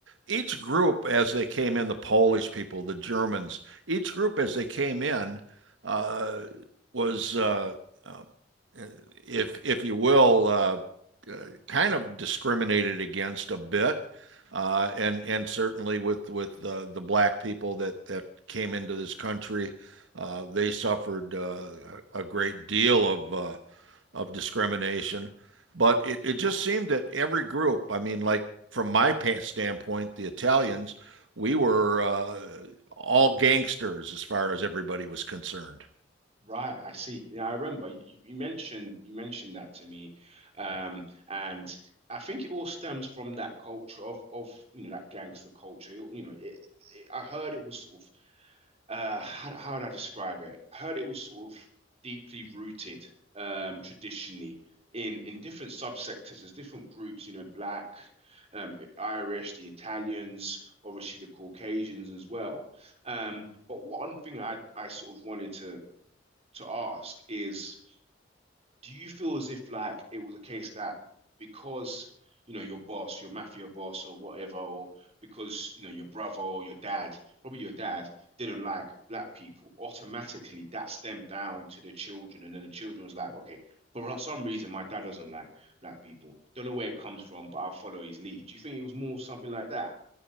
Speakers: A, on the right; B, on the right.
A: each group, as they came in, the Polish people, the Germans, each group as they came in uh, was, uh, um, if if you will, uh, Uh, kind of discriminated against a bit uh, and and certainly with with uh, the black people that that came into this country, uh, they suffered uh, a great deal of uh, of discrimination. But it, it just seemed that every group, I mean, like from my standpoint, the Italians, we were uh, all gangsters as far as everybody was concerned.
B: Right, I see. Yeah, I remember you, you mentioned you mentioned that to me, um, and I think it all stems from that culture of of you know that gangster culture. You know, it, it, I heard it was sort of uh how, how would I describe it? I heard it was sort of deeply rooted um traditionally in in different subsectors as different groups, you know, black, um Irish, the Italians, obviously the Caucasians as well. Um but one thing I I sort of wanted to to ask is do you feel as if like it was a case that because you know your boss, your mafia boss or whatever, or because you know your brother or your dad, probably your dad didn't like black people, automatically that stemmed down to the children, and then the children was like, okay, for some reason my dad doesn't like black people. Don't know where it comes from, but I'll follow his lead. Do you think it was more something like that?